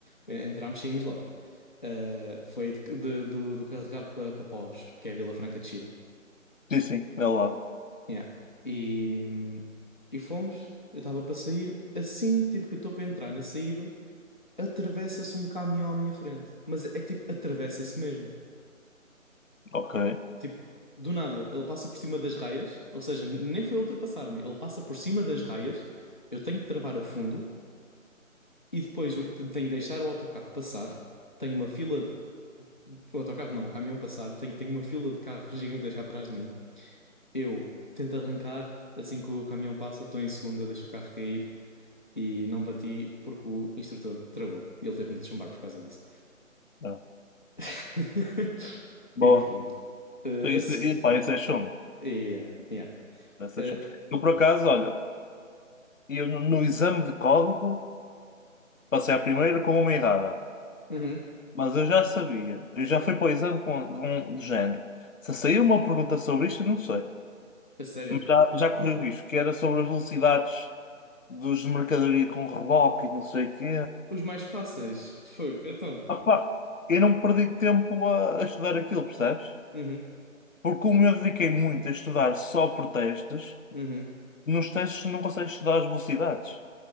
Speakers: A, on the left; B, on the left.
A: Entramos, saímos logo. Ah, foi de- de- do, do Carregado para para Povos, que é a Vila Franca de Xira.
B: Sim, sim, é ao lado.
A: Yeah. E, e fomos. Eu estava para sair. Assim, tipo, que eu estou para entrar na saída, atravessa-se um caminhão à minha frente. Mas é que, tipo, atravessa-se mesmo.
B: Ok.
A: Tipo, do nada, ele passa por cima das raias. Ou seja, nem foi ultrapassar-me. Ele passa por cima das raias. Eu tenho que travar a fundo. E depois eu tenho que deixar o autocarro passar. Tenho uma fila. O autocarro não, o caminhão passar. Tenho, tenho uma fila de carros gigantesca atrás de mim. Eu tento arrancar. Assim que o caminhão passa, estou em segunda, deixo o carro cair. e não bati porque o instrutor travou. E ele teve-me de chumbar por causa disso.
B: Yeah.
A: <laughs>
B: Bom,
A: E pronto. Eh,
B: isso,
A: a s-
B: e, pá, isso é chumbo.
A: yeah, yeah.
B: Isso
A: Eh,
B: é chumbo. Eu, por acaso, olha, E eu, no, no exame de código, passei à primeira com uma errada.
A: uhum,
B: Mas eu já sabia. Eu já fui para o exame com, com, de género. Se saiu uma pergunta sobre isto, eu não sei.
A: A sério.
B: Mas já, já corri o risco, que era sobre as velocidades dos de mercadoria com reboque e não sei o quê.
A: Os mais fáceis. Fogo, então.
B: Opa, eu não perdi tempo a, a estudar aquilo, percebes?
A: uhum,
B: Porque como eu dediquei muito a estudar só por testes,
A: uhum.
B: nos testes não consegues estudar as velocidades.